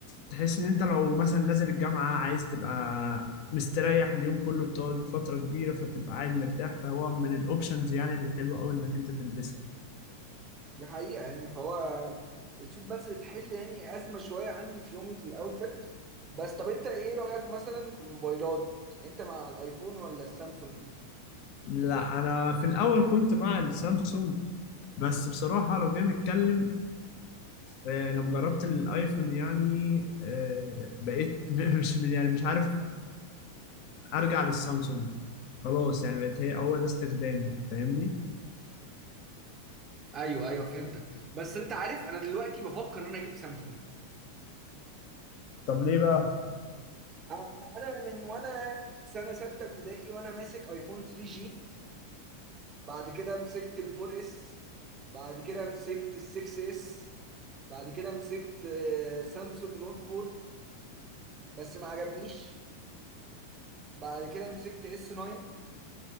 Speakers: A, on the left; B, on the right.
A: تحس ان انت لو مثلا نازل الجامعه عايز تبقى مستريح اليوم كله بتقعد فتره كبيره فتبقى قاعد مرتاح فهو من الاوبشنز يعني اللي حلوه قوي انك انت تلبسها
B: دي حقيقة يعني فهو السوت بانس بتحل يعني أزمة شوية عندي في يومي في الأوتفيت بس طب أنت إيه رأيك مثلا في الموبايلات؟ أنت مع الأيفون ولا السامسونج؟
A: لا انا في الاول كنت مع السامسونج بس بصراحه لو جينا نتكلم آه لما جربت الايفون يعني آه بقيت <laughs> مش يعني مش عارف ارجع للسامسونج خلاص يعني بقت هي هو ده استخدامي فاهمني
B: ايوه ايوه فهمتك بس انت عارف انا دلوقتي بفكر ان انا اجيب سامسونج
A: طب ليه بقى
B: أنا أنا من وأنا في سنة ستة ابتدائي وأنا ماسك أيفون 3 جي بعد كده مسكت ال 4 اس بعد كده مسكت ال 6 اس بعد كده مسكت آه، سامسونج نوت 4 بس ما عجبنيش بعد كده مسكت اس 9